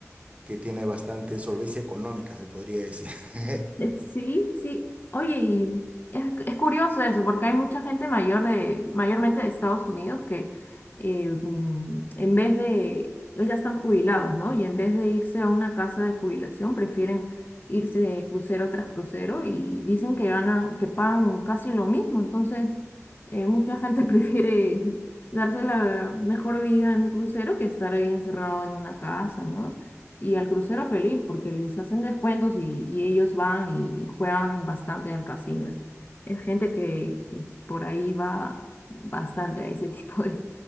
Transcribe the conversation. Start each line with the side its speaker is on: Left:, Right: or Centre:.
Right: que tiene bastante solvencia económica, se podría decir. <laughs>
Left: Eh, Sí, sí. Oye, y es, es curioso eso, porque hay mucha gente mayor de, mayormente de Estados Unidos que eh, mm, en vez de, ya están jubilados, ¿no? Y en vez de irse a una casa de jubilación, prefieren irse de crucero tras crucero y dicen que ganan, que pagan casi lo mismo. Entonces, eh, mucha gente <laughs> prefiere darse la mejor vida en un crucero que estar ahí encerrado en una casa, ¿no? Y al crucero feliz, porque les hacen descuentos y, y ellos van y, y juegan bastante en el casino. Es, es gente que, que por ahí va bastante a ese <laughs> tipo de,